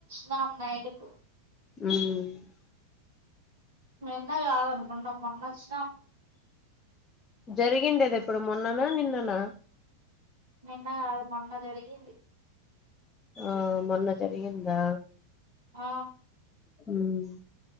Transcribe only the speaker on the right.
నాం నైటుకు
నిన్న గాదనుకుంట మొన్నోచ్చినాము
నిన్న గాదు మొన్న జరిగింది
ఆ